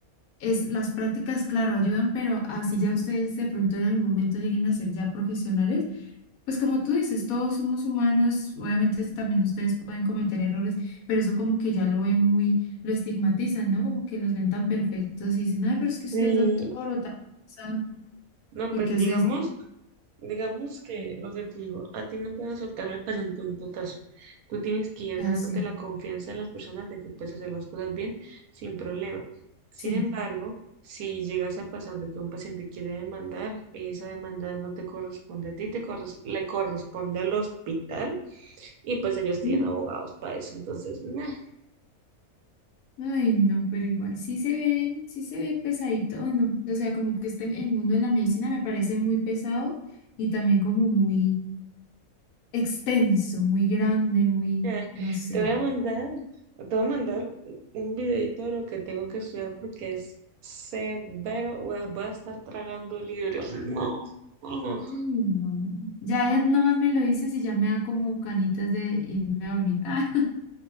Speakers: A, on the left; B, on the right.
A: es, las prácticas, claro, ayudan, pero así ya ustedes de pronto en algún momento lleguen a ser ya profesionales, pues como tú dices, todos somos humanos, obviamente es- también ustedes pueden cometer errores, pero eso como que ya lo ven muy, lo estigmatizan, ¿no? Como que los ven tan perfectos y dicen, ay, pero es que usted
B: Sí,
A: es doctor o tal cosa,
B: No,
A: ¿por
B: pues
A: qué
B: digamos,
A: hace esto?
B: digamos que lo que te digo, a ti no te van a soltar al paciente un totazo. Tú tienes que ir
A: Hace,
B: ganándote la confianza de las personas de que puedes hacer las cosas bien sin problema. Sin
A: sí.
B: embargo, si llegas a pasar de que un paciente quiere demandar, esa demanda no te corresponde a ti, te corres- le corresponde al hospital y pues ellos tienen
A: sí. Mm,
B: abogados para eso. Entonces, nah,
A: Ay, no, pero igual sí se ve, sí se ve pesadito, ay, no, o sea, como que este, el mundo de la medicina me parece muy pesado y también como muy extenso, muy grande, muy,
B: <laughs> Ah,
A: no sé.
B: te voy a mandar, te voy a mandar un videito de lo que tengo que estudiar porque es severo. Voy a voy a estar tragando libros. No, no, no.
A: Mm, no. Ya nomás me lo dices y ya me da como canitas de irme a dormir. <laughs>